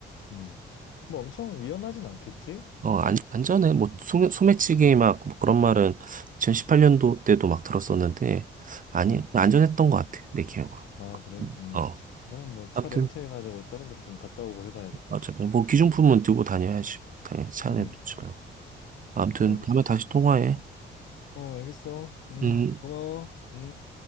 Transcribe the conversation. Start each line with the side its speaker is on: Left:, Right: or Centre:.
Left: 음. 뭐 엄청 위험하진 않겠지?
Right: 어, 안, 안전해. 뭐, 소매, 소매치기
Left: 음.
Right: 막, 뭐 그런 말은 2018년도 때도 막 들었었는데, 아니,
Left: 음.
Right: 안전했던 것 같아. 내 기억으로.
Left: 아, 그래. 음.
Right: 어.
Left: 아, 그럼 뭐 차
Right: 아무튼,
Left: 렌트해 가지고 다른 데도 좀 갔다 오고 해 봐야겠다.
Right: 어쨌든, 뭐, 기준품은 들고 다녀야지. 당연히 차 안에
Left: 음.
Right: 두지 말고. 아무튼,
Left: 그래야겠다.
Right: 다음에 다시 통화해.
Left: 음. 어, 알겠어. 음.
Right: 음.
Left: 고마워. 음.